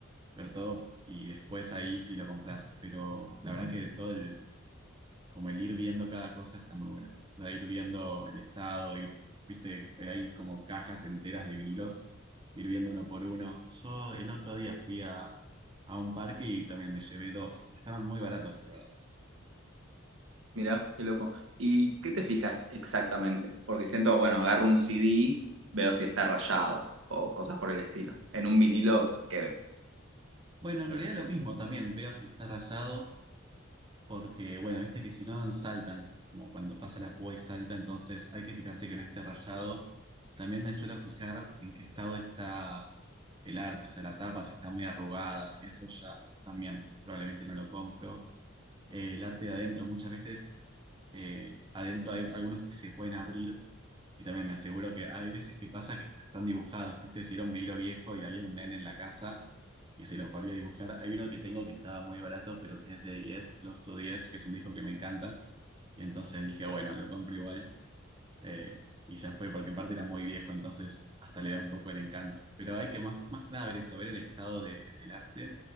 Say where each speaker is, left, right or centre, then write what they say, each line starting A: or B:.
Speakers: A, on the right; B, on the right.
A: ver todo y después ahí sí lo compras. Pero la verdad que todo el como el ir viendo cada cosa está muy buena. O sea, ir viendo el estado, ir, viste, eh, hay como cajas enteras de vinilos, ir viendo uno por uno. Yo el otro día fui a, a un parque y también me llevé dos y estaban muy baratos, la verdad.
B: Mirá, qué loco. ¿Y qué te fijas exactamente? Porque siento, bueno, agarro un CD, veo si está rayado o cosas por el estilo. En un vinilo, ¿qué ves?
A: Bueno, en realidad lo mismo también, veo si está rayado porque bueno, viste que si no saltan, como cuando pasa la púa y salta, entonces hay que fijarse que no esté rayado. También me suelo fijar en qué estado está el arte, o sea, la tapa, si está muy arrugada, y eso ya también probablemente no lo compro. Eh, el arte de adentro, muchas veces eh, adentro hay algunos que se pueden abrir y también me aseguro que hay veces que pasa que estás tan dibujados, ¿viste? Si era un vinilo viejo y había un nene en la casa y se lo podía dibujar. Hay uno que tengo que estaba muy barato, pero que es de Yes, Lost to the Edge, que es un disco que me encanta. Y entonces dije, bueno, lo compro igual. eh, y ya fue, porque aparte era muy viejo, entonces hasta le da un poco el encanto. Pero hay que más, más que nada ver eso, ver el estado de- del arte